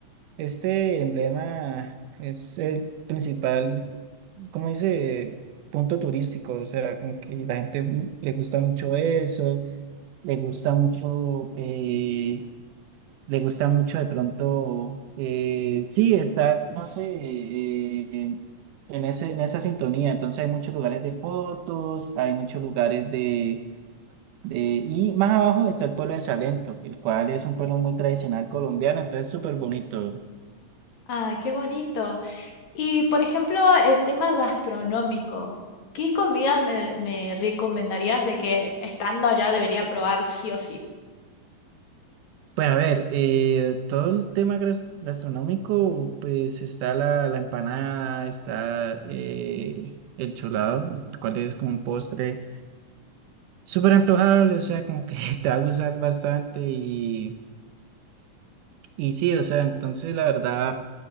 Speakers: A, on the right; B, on the left.
A: Este emblema es el principal, como dice, punto turístico, o sea, como que la gente mm, le gusta mucho eso, le gusta mucho... eh, le gusta mucho de pronto, eh, sí, estar, no sé, eh, en ese, en esa sintonía. Entonces hay muchos lugares de fotos, hay muchos lugares de, de- Y más abajo está el pueblo de Salento, el cual es un pueblo muy tradicional colombiano, entonces súper bonito.
B: Ah, qué bonito. Y por ejemplo, el tema gastronómico, ¿qué comidas me, me recomendarías de que estando allá debería probar sí o sí?
A: Pues a ver, eh, todo el tema gras- gastronómico, pues está la, la empanada, está eh, el cholado, el cual es como un postre. súper antojable, o sea, como que <laughs> te va a gustar bastante y, y sí, o sea, entonces la verdad